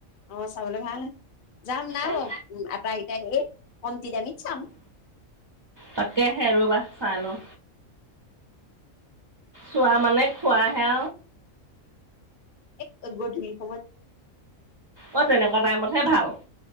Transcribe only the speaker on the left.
অ চাবলৈ ভাল যাম না
ব এটে কমতি দামিত চাম
এক গধলি ।